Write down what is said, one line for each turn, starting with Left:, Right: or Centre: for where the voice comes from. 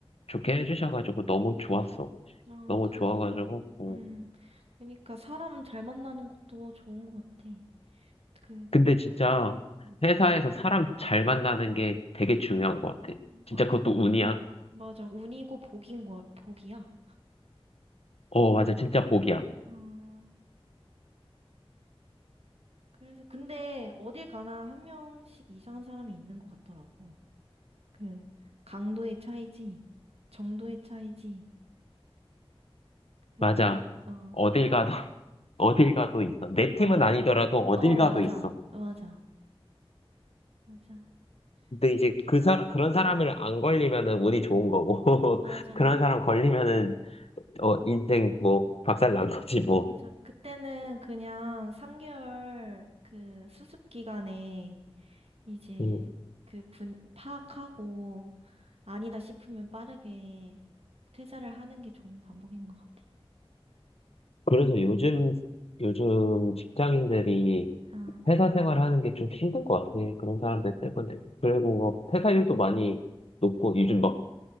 Left: 좋게 해주셔가지고 너무 좋았어.
Right: 아,
Left: 너무
Right: 다행이다.
Left: 좋아가지고. 어.
Right: 음. 그러니까 사람 잘 만나는 것도 좋은 것 같아. 그,
Left: 근데 진짜
Right: 음,
Left: 회사에서 사람 잘 만나는 게 되게 중요한 것 같아. 진짜
Right: 맞아.
Left: 그것도 운이야.
Right: 맞아. 운이고 복인 거, 복이야.
Left: 어, 맞아. 진짜 복이야.
Right: 음, 그래서, 근데 어딜 가나 한 명씩 이상한 사람이 있는 것 같더라고. 그, 강도의 차이지, 정도의 차이지, 그,
Left: 맞아.
Right: 어,
Left: 어딜 가도, <laughs> 어딜 가도 있어. 내
Right: 어,
Left: 팀은 아니더라도
Right: 이,
Left: 어딜
Right: 어,
Left: 가도
Right: 맞아,
Left: 있어.
Right: 맞아, 맞아,
Left: 근데
Right: 그래,
Left: 이제 그 사람, 그런 사람을 안 걸리면은 운이 좋은 거고,
Right: 맞아,
Left: <laughs> 그런 사람 걸리면은 어, 인생 뭐 박살 난 거지 뭐.
Right: 맞아. 그때는 그냥 3개월 그 수습 기간에 이제
Left: 음,
Right: 그 분, 파악하고 아니다 싶으면 빠르게 퇴사를 하는 게 좋은 방법인 것 같아.
Left: 그래서 요즘 요즘 직장인들이
Right: 어.
Left: 회사 생활하는 게 좀 힘든 것 같아. 그런 사람들 때문에. 그리고 뭐 퇴사율도 많이 높고 요즘 막